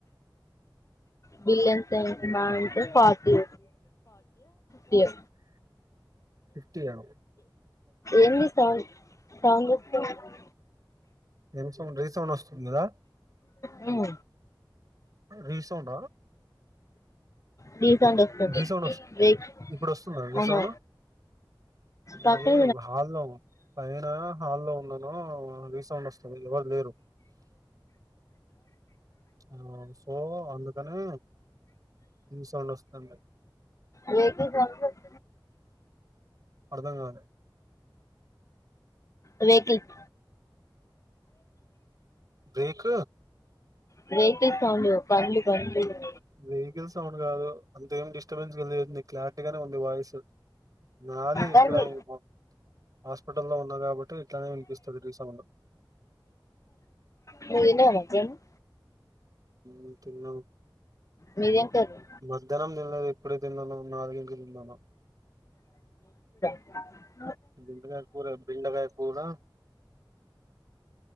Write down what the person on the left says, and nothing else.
బెల్లంతయింది అంటే మహా ఫోర్ట్ ఒ ఫిఫ్టీ ఒ
ఏం చేస్తున్నావ్ సాంగ్ పెట్టుకొని
ఉ
ఢీ సౌండ్ వస్తుంది
వెహిక్
అవును పక్కన
లేకి సమ్స్
బ్రేకింగ్
బ్రేకింగ్ సౌండ్ తం కందు క
కానీ
నువ్వు తిన్నావా మధ్యాహ్నం
మీదేం కర్రీ
ఆ